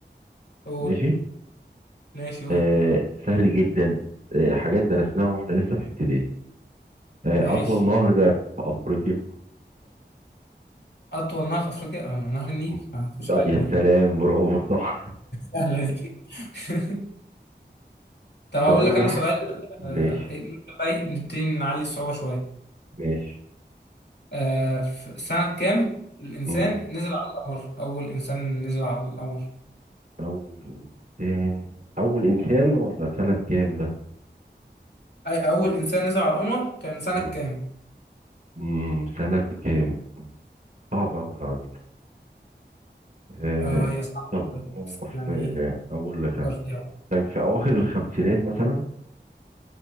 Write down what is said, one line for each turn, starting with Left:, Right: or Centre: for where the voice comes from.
Left: قول
Right: ماشي
Left: ماشي قول
Right: آه، سهل جدا آه، حاجات درسناها واحنا لسه في ابتدائي آه،
Left: ماشي
Right: اطول نهر ده في افريقيا
Left: أطول نهر في أفريقيا آه، نهر النيل
Right: م.
Left: آه، ما فيهوش
Right: طيب،
Left: حاجة
Right: يا
Left: ده
Right: سلام برافو صح
Left: سهلة دي <laughs>
Right: <laughs>
Left: طب هقول
Right: طب اقول
Left: لك أنا
Right: لك
Left: سؤال
Right: ماشي
Left: آه، إيه، بقى نبتدي نعلي الصعوبة شوية
Right: ماشي
Left: آه، في سنة كام الإنسان
Right: م.
Left: نزل على القمر أول إنسان نزل على القمر
Right: اول انسان اول انسان ولا سنة كام ده
Left: أي أول
Right: م.
Left: إنسان نزل على القمر كان سنة
Right: م.
Left: كام
Right: م. سنة كام صعب قوي على فكرة آه،
Left: آه هي صعبة
Right: طب هو
Left: شوية، بس يعني
Right: في
Left: إيه
Right: اقول لك
Left: فكر
Right: انا
Left: فيها
Right: كان في اواخر الخمسينات مثلا